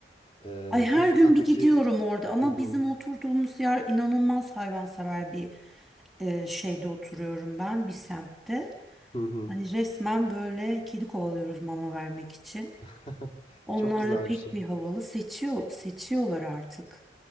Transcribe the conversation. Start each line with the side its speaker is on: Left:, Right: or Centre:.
Left: Ee,
Centre: Ay her
Left: çünkü sokaktaki
Centre: gün bir gidiyorum orada ama
Left: Hı hı,
Centre: bizim oturduğumuz yer inanılmaz hayvansever bir e, şeyde oturuyorum ben bir semtte.
Left: hı hı.
Centre: Hani resmen böyle kedi kovalıyoruz mama vermek için.
Left: <laughs>
Centre: Onlar
Left: Çok güzel
Centre: da pek
Left: bir şey.
Centre: bir havalı seçiyor seçiyorlar artık.